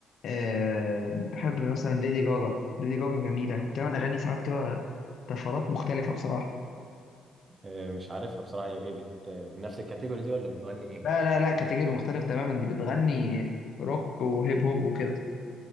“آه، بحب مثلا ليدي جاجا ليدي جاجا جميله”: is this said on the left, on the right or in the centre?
Left